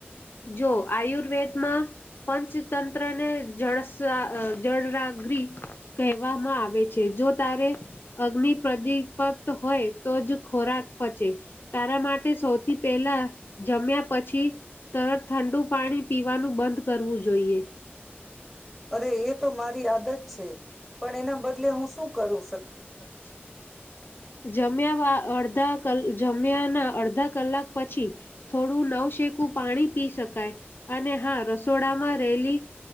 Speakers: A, on the left; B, in the centre.
A: જો આયુર્વેદ માં પંચતંત્રને જળસ
B: હમ
A: જળરા અગન કહેવામાં આવે છે જો તારે અગ્નિ પ્રદીપત હોય તો જ ખોરાક પચે તારા માટે સૌથી પહેલા જમ્યા પછી તરત ઠંડુ પાણી પીવાનું બંધ કરવું જોઈએ.
B: અરે એ તો મારી આદત છે. પણ એના બદલે હું શું કરું સક?
A: <unintelligible> જમ્યા અડધા ક જમ્યાના અડધા કલાક પછી થોડું નવ શેકું પાણી પી શકાય અને હા રસોડામાં રહેલી